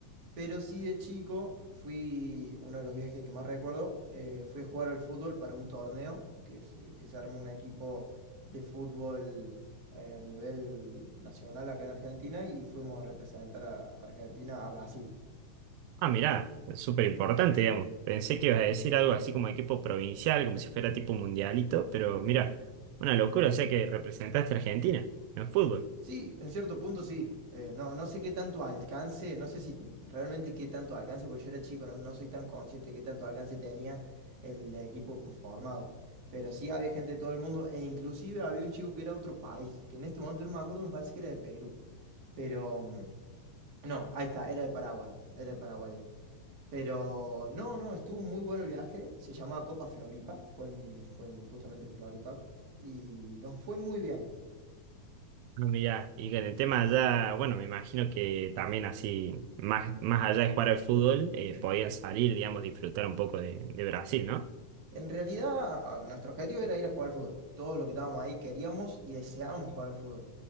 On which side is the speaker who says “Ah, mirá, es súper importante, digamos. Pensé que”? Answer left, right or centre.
Right